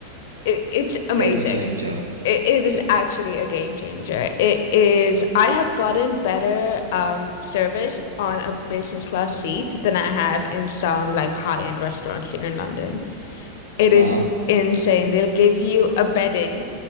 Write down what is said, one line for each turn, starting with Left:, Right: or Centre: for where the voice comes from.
Left: it, it's amazing.
Right: Game changer.
Left: It, it is actually a game changer. It is, I have gotten better um service on a business class seat than I have in some like high-end restaurants here in London. It
Right: Wow.
Left: is insane. They'll give you a bedding